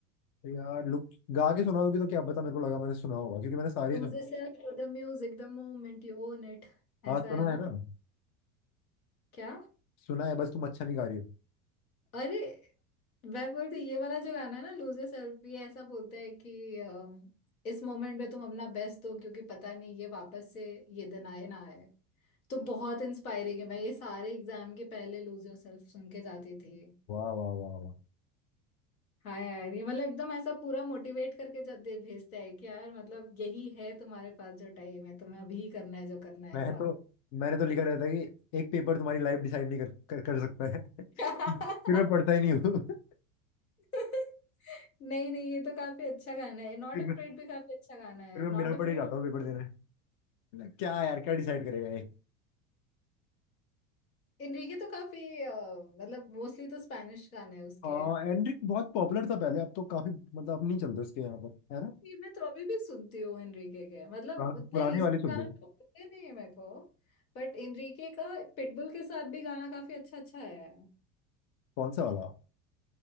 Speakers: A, on the left; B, on the left.
A: यार लुक गा के सुना दोगे तो क्या पता मेरे को लगा मैंने सुना होगा क्योंकि मैंने सारे
B: Lose yourself to the music the moment you own it
A: हाँ
B: ऐसा
A: सुना
B: है
A: है
B: ना
A: ना
B: क्या
A: सुना है बस तुम अच्छा नहीं गा रही हो
B: अरे वह बोलती ये वाला जो गाना है ना लूज yourself ये ऐसा बोलता है कि अम, इस मोमेंट में तुम अपना बेस्ट दो क्योंकि पता नहीं ये वापस से ये दिन आए ना आए तो बहुत इंस्पायरिंग है मैं ये सारे एग्जाम के पहले लूज योरसेल्फ सुन के जाती थी
A: वाह वाह वाह वाह
B: हाँ यार ये मतलब एकदम ऐसा पूरा मोटिवेट करके जा- दे भेजता है कि यार मतलब यही है तुम्हारे पास जो टाइम है तुम्हें अभी ही करना है जो करना है
A: मैं तो मैंने तो लिखा रहता है कि एक पेपर तुम्हारी लाइफ डिसाइड नहीं कर, कर कर सकता है <laughs>
B: ऐसा
A: फिर
B: <laughs>
A: मैं पढ़ता ही नहीं हूँ <laughs>
B: <laughs> नहीं नहीं ये तो काफी अच्छा गाना है नॉट
A: फिर
B: अफ्रेड
A: मैं
B: भी काफी अच्छा गाना है
A: फिर मैं
B: नॉट
A: बिना
B: अफ्रेड
A: पढ़े जाता
B: और
A: हूँ पेपर देने मतलब क्या यार क्या डिसाइड करेगा ये
B: इनरिके तो काफी अ, मतलब मोस्टली तो स्पैनिश गाने हैं उसके
A: हाँ एनरिक बहुत पॉपुलर था पहले अब तो काफी मतलब अब नहीं चलते उसके यहाँ पर है ना
B: ये मैं तो अभी भी सुनती हूँ इनरिके के मतलब
A: पुरा-
B: उतने
A: पुराने
B: रीसेंट
A: वाले सुन
B: गाना
A: लो
B: तो पता नहीं है मेरे को बट इनरिके का पिटबुल के साथ भी गाना काफी अच्छा अच्छा है
A: कौन सा वाला